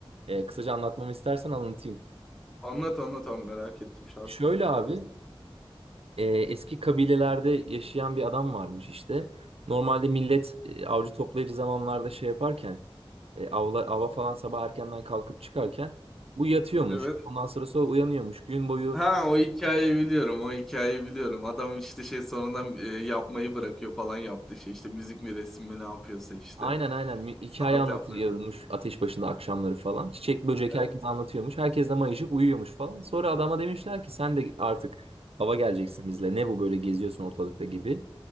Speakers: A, on the right (about 85°); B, in the centre.
A: e, kısaca anlatmamı istersen anlatayım.
B: Anlat anlat abi merak ettim şarkı
A: Şöyle
B: hikayesi.
A: abi, e, eski kabilelerde yaşayan bir adam varmış işte. Normalde millet e, avcı toplayıcı zamanlarda şey yaparken, e, avla, ava falan sabah erkenden kalkıp çıkarken bu yatıyormuş.
B: Evet.
A: Ondan sonra sonra uyanıyormuş. Gün boyu
B: Ha o hikayeyi biliyorum. O hikayeyi biliyorum. Adam işte şey sonradan e, yapmayı bırakıyor falan yaptı şey işte müzik mi resim mi ne yapıyorsa işte.
A: Aynen aynen hikaye
B: Sanat
A: anlatılıyormuş
B: yapmayı bırakıyor.
A: ateş başında akşamları falan. Çiçek böcek
B: Evet.
A: herkes anlatıyormuş. Herkes de mayışıp uyuyormuş falan. Sonra adama demişler ki sen de artık ava geleceksin bizle. Ne bu böyle geziyorsun ortalıkta gibi.